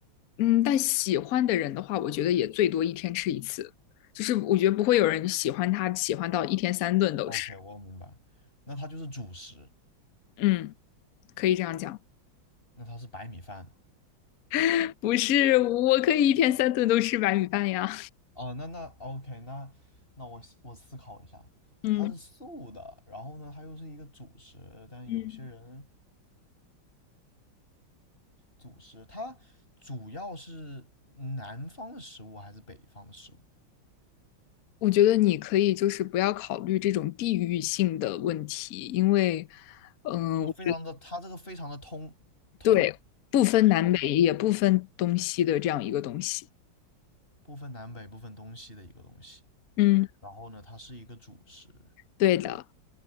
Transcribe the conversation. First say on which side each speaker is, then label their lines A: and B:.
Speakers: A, on the left; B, on the left.
A: 嗯，但喜欢的人的话，我觉得也最多一天吃一次，就是我觉得不会有人喜欢它，喜欢到一天三顿都吃，
B: ？OK，我明白那它就是主食，
A: 嗯，可以这样讲，
B: 那它是白米饭嘛？
A: <laughs> 不是，我可以一天三顿都吃白米饭呀，
B: 哦，那那 OK，那那我思我思考一下，
A: 嗯，
B: 它是素的，然后呢，它又是一个主食，但有些人
A: 嗯。
B: 主食，它主要是南方的食物还是北方的食物？
A: 我觉得你可以就是不要考虑这种地域性的问题，因为，嗯、
B: 就非常的，
A: 我觉得
B: 它这个非常的通通
A: 对，不分南北也不分东西的这样一个东西。
B: 通，不分南北，不分东西的一个东西。
A: 嗯，
B: 然后呢，它是一个主食。
A: 对的，